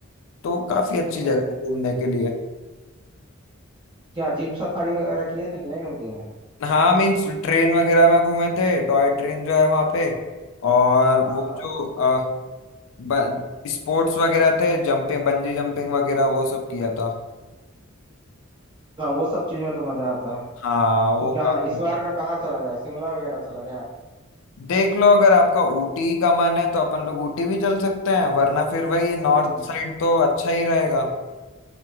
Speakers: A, on the left; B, on the right.
A: तो काफी अच्छी
B: अच्छा
A: जगह है घूमने के लिए
B: क्या जीप सफारी वगैरह किए थे कि नहीं ऊटी में
A: हाँ मीन्स ट्रेन वगैरह में घूमे थे टॉय ट्रेन जो है वहां पे और
B: हाँ
A: वो
B: हाँ
A: जो अ, ब, स्पोर्ट्स वगैरह थे जंपिंग बंजी जंपिंग वगैरह वो सब किया था
B: हाँ वो सब चीज में तो मजा आता है
A: हाँ वो
B: तो क्या हाँ
A: काफी
B: इस बार का कहाँ चला जाए शिमला वगैरह चला जाए
A: देख लो अगर आपका ऊटी का मन है तो अपन लोग ऊटी भी चल सकते हैं वरना फिर वही नॉर्थ
B: नहीं
A: साइड तो अच्छा ही रहेगा